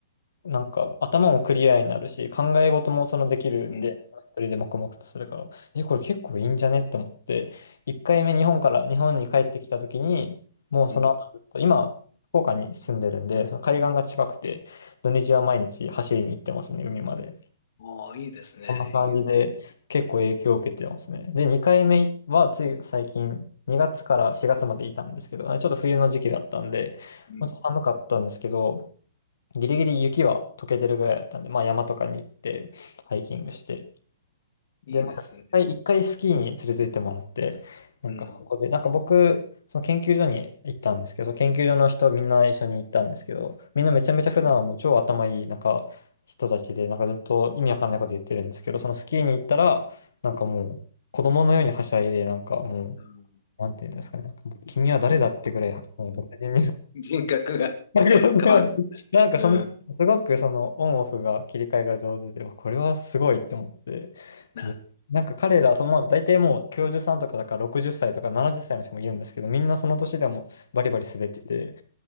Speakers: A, on the left; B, on the left.
A: なんか頭もクリアになるし、考え事もそのできるんで、
B: うん、
A: その一人で黙々とするから、え、これ結構いいんじゃねって思って、1回目日本から、日本に帰ってきた時に、もうその後ずっと、
B: うん、
A: 今、福岡に住んでるんで、その海岸が近くて、土日は毎日走りに行ってますね、海まで。
B: ああ、いいですね。
A: こんな感じで結構影響を受けてますね。
B: いい、
A: で、2回目はつい最近、2月から4月までいたんですけど、ちょっと冬の時期だったんで、
B: うん、
A: まあちょっと寒かったんですけど、ギリギリ雪は溶けてるぐらいだったんで、まあ山とかに行って、ハイキングして、
B: いいですね。
A: で、なんか一回、一回スキーに連れて行ってもらって、なんかここで、
B: うん、
A: なんか僕、その研究所に行ったんですけど、その研究所の人みんな一緒に行ったんですけど、みんなめちゃめちゃ普段はもう超頭いい、なんか人たちで、なんかずっと意味わかんないこと言ってるんですけど、そのスキーに行ったら、なんかもう子供のようにはしゃいで、なんかもう、
B: あの
A: なんていうんですかね、なんかもう君は誰だってぐらい、もう僕に
B: 人格が
A: <laughs> ななんかその、
B: <laughs> 変わるんですね。うん。
A: すごくそのオンオフが切り替えが上手で、わこれはすごいって思って。
B: なる
A: で、なんか彼ら、その、まあ大体もう教授さんとかだから60歳とか70歳の人もいるんですけど、みんなその年でもバリバリ滑ってて、